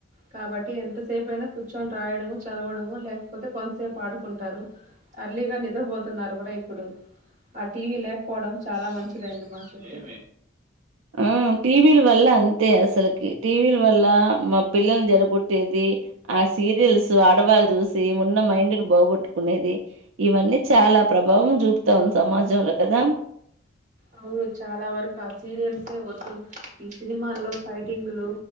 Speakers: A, on the right; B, on the right.
A: కాబట్టి ఎంతసేపయినా కూర్చొని రాయడము చదవడము లేకపోతే కొంతసేపు ఆడుకుంటారు అర్లీగా నిద్రపోతున్నారు కూడా ఇప్పుడు ఆ టీవీ లేకపోవడం చాలా మంచిదైంది మాకైతే
B: ఆ టీవీల వల్ల అంతే అసలకి టీవీల వల్ల పిల్లల్ని జడగొట్టేది ఆ సీరియల్స్ ఆడవాళ్ళు చూసి ఉన్న మైండ్ బొగొట్టుకునేది ఇవన్నీ చాలా ప్రభావం చూపుతా ఉంది సమాజంలో కదా
A: అవును చాలా వరకు ఆ సీరియల్స్ యే వద్దు ఈ సినిమాల్లో ఫైటింగ్లు